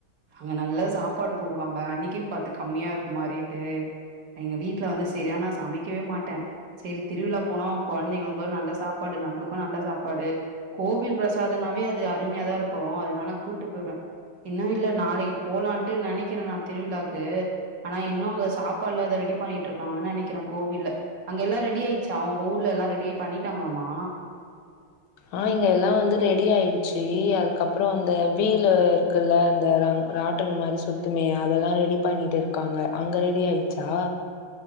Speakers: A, on the right; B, on the left.
A: அங்க நல்லா சாப்பாடு போடுவாங்க அன்னைக்கின் பாத்து கம்மியா இருக்குமா ரேட்டு எங்க வீட்ல வந்து செரியா நா சமக்கவே மாட்டே செரி திருவிழா போனா கொழந்தைங்களுக்கு நல்ல சாப்பாடு நம்ளுக்கு நல்ல சாப்பாடு கோவில் ப்ரசாதனாவே அது அருமையா தா இருக் போ அதனால கூட்டு போய்ருவே இன்னு இல்ல நாளைக்கு போலான்ட்டு நெனைக்கிறே நா திருவிழாக்கு ஆனா இன்னுவ்வு சாப்பாட்லாத ரெடி பண்ணிக்கிட்ருக்காங்கன்னு நெனைக்கிறே கோவில்ல அங்க எல்லா ரெடி ஆயிச்சா உங்க ஊர்ல எல்லா ரெடியே பண்ணிட்டாங்களாமா
B: ஆ இங்க எல்லா வந்து ரெடி ஆயிடுச்சி அதுக்கப்றோ அந்த வீலர் குள்ள அந்த ரங் ராட்டனு மாரி சுத்துமே அதெல்லா ரெடி பண்ணிட் இருக்காங்க அங்க ரெடி ஆயிச்சா